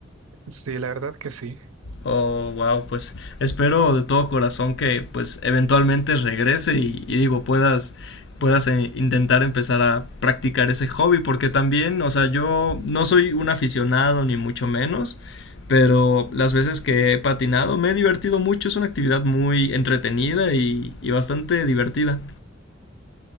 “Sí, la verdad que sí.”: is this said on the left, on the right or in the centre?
Right